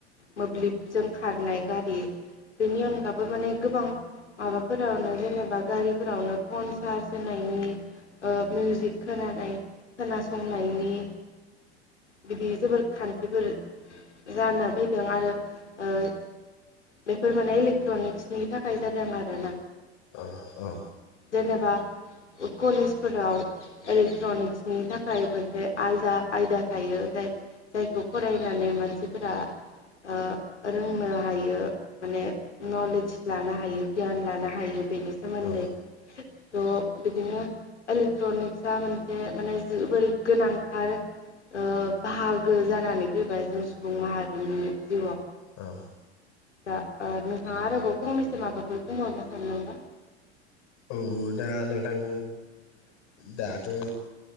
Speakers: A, on the left; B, on the left.
A: मोब्लिबजों खारनाय गारि। बेनि अनगाबो माने गोबां माबाफोरावनो जेनेबा गारिफोरावनो फन चार्ज होनायनि ओ मिउजिक खोनानाय खोनासंनायनि बिदि जोबोर खान्थिफोर जानो फैदों आरो ओ बेफोर माने इलेक्ट्रनिक्सनि थाखाय जादों आरो ना।
B: औ- औ।
A: जेनेबा कलेजफोराव इलेक्ट्र'निक्सनि थाखाय मोनसे आलदा आयदा थायो जाय -जायखौ फरायनानै मानसिफोरा ओ रोंनो हायो माने नलेज लानो हायो। गियान लानो हायो बेनि सोमोन्दै
B: औ
A: थ' बिदिनो इलेक्ट्रनिक्स आ मोनसे माने जोबोर गोनांथार ओ बाहाग गोग्गो जानानै फैबाय जों सुबुं माहारिनि जिउआव।
B: औ।
A: दा ओ नोंथाङा आरोबाव फंनैसो माबाफोर बुंबावनो सानदोंबा
B: औ दा नोंथां दाथ' जों